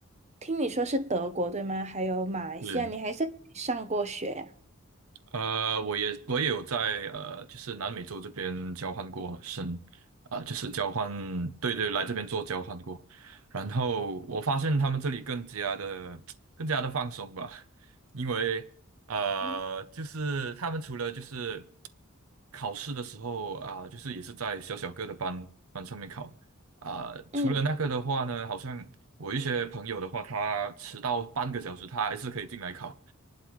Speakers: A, on the right (about 30°); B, on the right (about 85°).
A: 听你说是德国，对吗？还有马来西亚，
B: 是
A: 你还在上过学呀？
B: 呃，我也我也有在呃，就是南美洲这边交换过生，呃，就是交换，对对，来这边做交换过。然后我发现他们这里更加的 <tsk> 更加的放松吧，因为呃，
A: 嗯，
B: 就是他们除了就是考试的时候啊、就是也是在小小个的班班上面考啊、
A: 嗯，
B: 除了那个的话呢，好像我一些朋友的话，他迟到半个小时，他还是可以进来考。